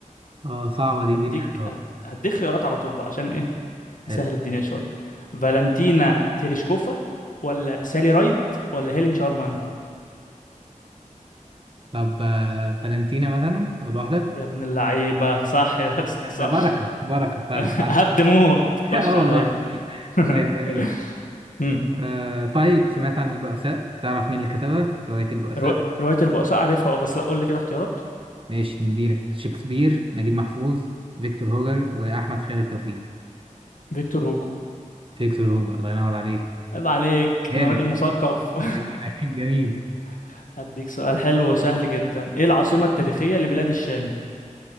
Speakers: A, on the right; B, on the left.
A: اه صعبة دي اديني
B: هديك
A: اختيارات
B: هد- هديك خيارات على طول بقى عشان ايه
A: حلو
B: نسهل الدنيا شوية فالنتينا تيريشكوفا ولا سالي رايد ولا هيلين شارمان
A: طب آه فالنتينا مثلا اول واحدة
B: يا ابن اللعيبة صح يا اسطى
A: ده
B: صح
A: بركة بركة طيب
B: <laughs>
A: عارف
B: هبد
A: <laughs>
B: موت خش
A: اه
B: عليا
A: والله
B: <laughs>
A: طيب جميل
B: مم.
A: آه طيب سمعت عن البؤساء تعرف مين اللي كتبها رواية البؤساء
B: رو... رواية البؤساء عارفها اه بس لا قول لي كده اختيارات
A: ماشي نديلك شكسبير نجيب محفوظ فيكتور هوجر وأحمد خالد توفيق
B: فيكتور هوجو
A: فيكتور هوجر الله ينور عليك
B: عيب عليك
A: جامد
B: انا راجل مثقف
A: جميل <laughs> جميل
B: <laughs> هديك سؤال حلو وسهل جدا ايه العاصمة التاريخية لبلاد الشام